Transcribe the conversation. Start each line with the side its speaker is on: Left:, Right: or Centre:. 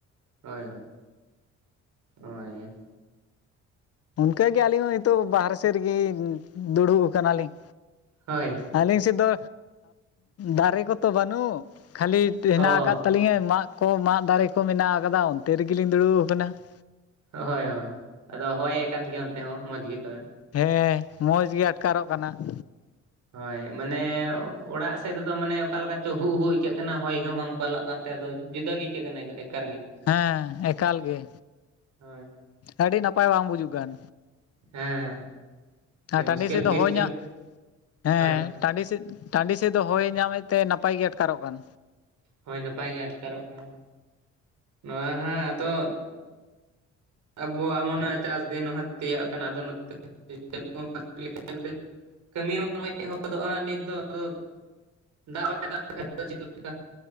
Right: ᱦᱳᱭ ᱦᱳᱭ ᱾ ᱦᱳᱭ
Left: ᱤᱱᱠᱟᱹ ᱜᱮ ᱟᱹᱞᱤᱧ ᱦᱚᱸ ᱱᱤᱛᱚᱜ ᱵᱟᱦᱨᱮ ᱥᱮᱫ ᱨᱮ ᱜᱮ ᱫᱩᱲᱩᱵ ᱟᱠᱟᱱᱟ ᱞᱤᱧ
Right: ᱦᱳᱭ,
Left: ᱟᱹᱞᱤᱧ ᱥᱮᱫ ᱫᱚ ᱫᱟᱨᱮ ᱠᱚᱛᱚ ᱵᱟᱹᱱᱩᱜ ᱠᱷᱟᱹᱞᱤ ᱦᱮᱱᱟᱜ
Right: ᱚ
Left: ᱟᱠᱟᱫ ᱛᱟᱹᱞᱤᱧᱟ ᱢᱟᱫ ᱠᱚ ᱢᱟᱫ ᱫᱟᱨᱮ ᱠᱚ ᱢᱮᱱᱟᱜ ᱟᱠᱟᱫᱟ ᱚᱱᱛᱮ ᱨᱮᱜᱮ ᱞᱤᱧ ᱫᱩᱲᱩᱵ ᱟᱠᱟᱱᱟ ᱾
Right: ᱦᱳᱭ ᱦᱳᱭ ᱾ ᱟᱫᱚ ᱦᱚᱭᱮᱫ ᱠᱟᱱ ᱜᱮᱭᱟ ᱚᱱᱛᱮ ᱦᱚᱸ ᱢᱚᱸᱡᱽ ᱜᱮ ᱛᱚᱵᱮ ᱾
Left: ᱦᱮᱸ ᱢᱚᱡᱽ ᱜᱮ ᱟᱴᱠᱟᱨᱚᱜ ᱠᱟᱱᱟ ᱾
Right: ᱦᱳᱭ ᱢᱟᱱᱮ ᱚᱲᱟᱜ ᱥᱮᱫ ᱨᱮᱫᱚ ᱢᱟᱱᱮ ᱚᱠᱟ ᱞᱮᱠᱟ ᱪᱚ ᱦᱩ ᱦᱩ ᱟᱹᱭᱠᱟᱹᱜ ᱠᱟᱱᱟ ᱦᱚᱭ ᱦᱚᱸ ᱵᱟᱝ ᱵᱟᱞᱚᱜ ᱠᱟᱱᱟ ᱾ ᱟᱫᱚ ᱡᱩᱫᱟᱹ ᱜᱮ ᱟᱹᱭᱠᱟᱹᱜ ᱠᱟᱱᱟ ᱮᱠᱟᱨ ᱜᱮ
Left: ᱦᱮᱸ ᱮᱠᱟᱞ ᱜᱮ
Right: ᱦᱳᱭ
Left: ᱟᱹᱰᱤ ᱱᱟᱯᱟᱭ ᱵᱟᱝ ᱵᱩᱡᱩᱜ ᱠᱟᱱ
Right: ᱦᱮᱸ
Left: ᱟᱨ ᱴᱟᱺᱰᱤ
Right: ᱢᱩᱥᱠᱤᱞ
Left: ᱥᱮᱫ ᱫᱚ
Right: ᱛᱤᱥ
Left: ᱦᱳᱭ
Right: ᱪᱚ
Left: ᱧᱟᱼ ᱦᱮᱸ
Right: ᱦᱳᱭ
Left: ᱴᱟᱺᱰᱤ ᱥᱮᱫ ᱴᱟᱺᱰᱤ ᱥᱮᱫ ᱫᱚ ᱦᱚᱭᱮ ᱧᱟᱢᱮᱫ ᱛᱮ ᱱᱟᱯᱟᱭ ᱜᱮ ᱟᱴᱠᱟᱨᱚᱜ ᱠᱟᱱ
Right: ᱦᱳᱭ ᱱᱟᱯᱟᱭ ᱜᱮ ᱟᱴᱠᱟᱨᱚᱜ ᱠᱟᱱᱟ ᱱᱚᱣᱟ ᱦᱟᱸᱜ ᱟᱫᱚ ᱟᱵᱚᱣᱟᱜ ᱢᱟᱱᱮ ᱪᱟᱥ ᱫᱤᱱ ᱦᱚᱸ ᱛᱤᱭᱟᱹᱜ ᱠᱟᱱᱟ ᱟᱫᱚ ᱱᱚᱛᱮ <unintelligible> <unintelligible> ᱞᱮᱠᱷᱟᱱ ᱱᱚᱛᱮ ᱠᱟᱹᱢᱤ ᱦᱚᱸ ᱮᱛᱦᱚᱵᱚᱜᱼᱟ ᱱᱤᱛᱚᱜ ᱫᱚ ᱟᱫᱚ ᱫᱟᱜ ᱵᱟᱲᱟᱭ ᱫᱟᱜ ᱞᱮᱠᱷᱟᱱ ᱪᱮᱫ ᱞᱮᱠᱟ